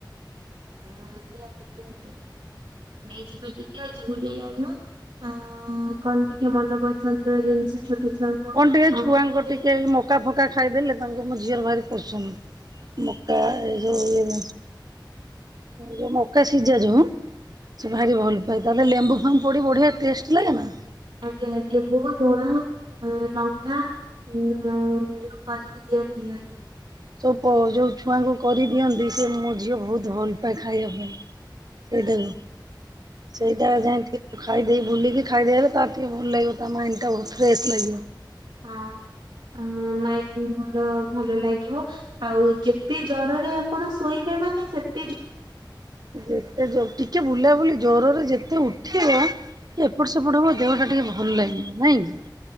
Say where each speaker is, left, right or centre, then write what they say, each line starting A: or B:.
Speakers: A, on the right; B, on the right.
A: ହଁ ନିହାତି, ନିହାତି ନେଇ ଯିବେ ଟିକେ, ଆଜି ବୁଲେଇ ଆ ଅ କଣ ଟିକେ ମନପସନ୍ଦର ଜିନିଷ ଛୋଟ ଛୁଆଙ୍କୁ
B: କଣ ଟିକେ
A: ଅ
B: ଛୁଆଙ୍କ
A: ଦେବି
B: ଟିକେ ମକା ଫକା ଖାଇଦେଲେ, ତାଙ୍କୁ ମୋ ଝିଅର ବାହାରି ପୋଷୁନି ମକା ଏ ସବୁ ଇଏ ଯୋଉ, ମକା ସିଜା ଯଉ ସେ ଭାରି ଭଲ ପାଏ, ତାହେଲେ ଲେମ୍ବୁଫେମ୍ବୁ ପଡି ବଢିଆ ଟେଷ୍ଟ ଲାଗେ ନା
A: ଆଜ୍ଞା, ଲେମ୍ବୁ, ଲୁଣ, ଲଙ୍କା ହଁ ମ କାରି କି ଆନ୍ତି ଏଇଠ <unintelligible>
B: ସ ଯୋଉ ଛୁଆଙ୍କୁ କରିଦିଅନ୍ତି, ସେ ମୋ ଝିଅ ବହୁତ ଭଲ ପାଏ ଖାଇବା ପାଇଁ । ସେଇଟାକୁ, ସେଇଟା
A: ଆଜ୍ଞା
B: ଯାଇକି ଖାଇ ଦେଇ, ବୁଲିକି ଖାଇଦେଇ ଆଇଲେ, ତା ଟିକେ ଭଲ ଲାଗିବ, ତା ମାଇଣ୍ଡ ଟା ବହୁତ ଫ୍ରେଶ୍ ଲାଗିବ ।
A: ହଁ । ଅ ମାଇଣ୍ଡ ଭଲ ଲାଗିବ ଆଉ ଯେତେ ଜରରେ ଆପଣ ଶୋଇବେ ାଇ ସୋର୍ <unintelligible>
B: ଯେତେ ଟିକେ ବୁଲାବୁଲି, ଜରରେ ଯେତେ ଉଠିବ ଏପଟ ସେପଟ ହବ, ଦେହ ଟା ଟିକେ ଭଲ ଲାଗିବ ନାଇଁ କି?